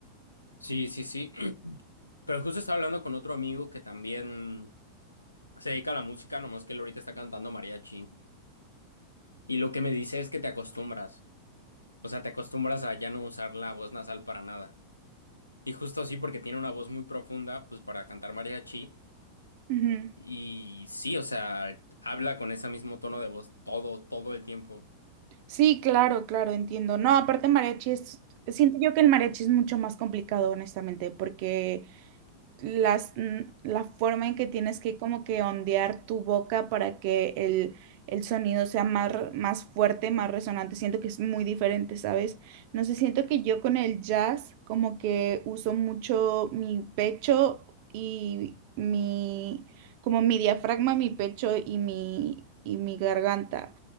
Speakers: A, on the left; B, on the right.
A: Sí, sí, sí. <clears throat> Pero justo estaba hablando con otro amigo que también se dedica a la música, nomás que él ahorita está cantando mariachi. Y lo que me dice es que te acostumbras. O sea, te acostumbras a ya no usar la voz nasal para nada. Y justo así, porque tiene una voz muy profunda, pues para cantar mariachi.
B: Ujú.
A: Y sí, o sea, habla con ese mismo tono de voz todo, todo el tiempo.
B: Sí, claro, claro, entiendo. No, aparte mariachi es, siento yo que el mariachi es mucho más complicado, honestamente, porque las, n- la forma en que tienes que como que ondear tu boca para que el, el sonido sea más, r- más fuerte, más resonante. Siento que es muy diferente, ¿sabes? No sé, siento que yo con el jazz como que uso mucho mi pecho y mi, como mi diafragma, mi pecho y mi, y mi garganta.